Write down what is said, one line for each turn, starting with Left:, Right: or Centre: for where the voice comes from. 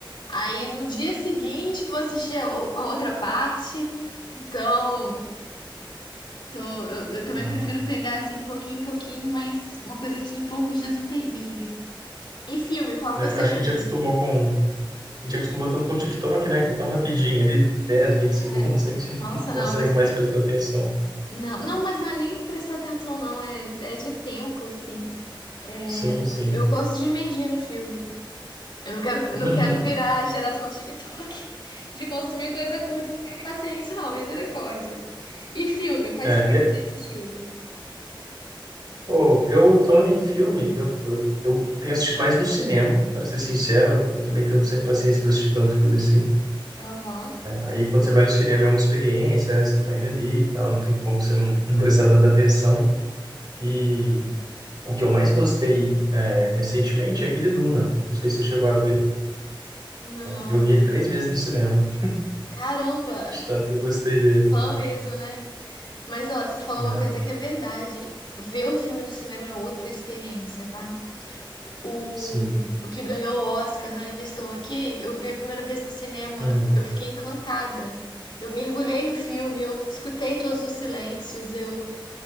Left: aí no dia seguinte vou assistir a, o- a outra parte. Então, tô- eu, eu também
Right: não,
Left: prefiro
Right: não.
Left: pegar assim, pouquinho em pouquinho, mas uma coisa que em poucos dias eu termine. E filme, qual
Right: É,
Left: foi o seu
Right: acho que
Left: último?
Right: a gente acostumou com. A gente acostumou tanto com o TikTok, né? Que é tão rapidinho, ali dez, vinte
Left: É,
Right: segundos, a gente <laughs>
Left: nossa,
Right: não consegue
Left: não, mas
Right: mais prestar atenção.
Left: não, não, mas não é nem prestar atenção, não, é, é de tempo, assim. É,
Right: Sim,
Left: o-
Right: sim.
Left: eu gosto de imergir no filme. Eu não quero, eu
Right: Uhum.
Left: não quero virar a geração TikTok <laughs> de consumir coisa curta e ficar impaciente, não, misericórdia. E filme, quais
Right: É,
Left: filmes você tem assistido?
Right: Pô, eu falando em filme, eu, eu, eu tenho assistido mais no cinema, para ser sincero, eu também tenho sem paciência para assistir tanto filme assim.
Left: Aham.
Right: Aí quando você vai no cinema é uma experiência, né? Você tá indo ali e tal, não tem como você não, não prestar tanta atenção. E o que eu mais gostei é, recentemente é aquele Duna. Não sei se você chegou a ver.
Left: Não.
Right: Eu vi ele três vezes no cinema,
Left: Caramba,
Right: de tanto que eu gostei dele.
Left: fã mesmo, né? Mas ó, você falou
Right: É, é,
Left: uma coisa que é verdade. Ver o filme no cinema é outra experiência, tá? O,
Right: sim.
Left: o que ganhou o Oscar, Ainda Estou Aqui, eu vi a primeira vez no cinema,
Right: Uhum.
Left: eu fiquei encantada. Eu mergulhei no filme, eu escutei todos os silêncios, eu